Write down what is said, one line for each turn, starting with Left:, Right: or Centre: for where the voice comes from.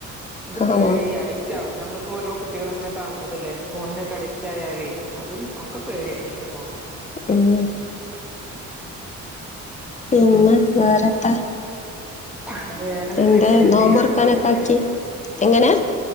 Centre: എനിക്ക് പേടിയ
Left: ആണോ
Centre: അഡിക്റ്റ് ആവ നമ്മളിപ്പോ ഓരോ കുട്ടികൾ അങ്ങനെ കാണതല്ലേ ഫോണിനൊക്കെ അഡിക്റ്റ് ആയാലേ അതും ഒക്കെ പേടിന്നലെപ്പോ
Left: ഉം പിന്നെ വേറെന്താ
Centre: അതെ എന്ത
Left: ഉണ്ട്
Centre: കൃഷിയൊക്കെ
Left: നോമ്പൊറക്കാനൊക്കെ
Centre: ചെയ്യാറുണ്ടോ വീട്ടില്
Left: ആക്കി എങ്ങനെ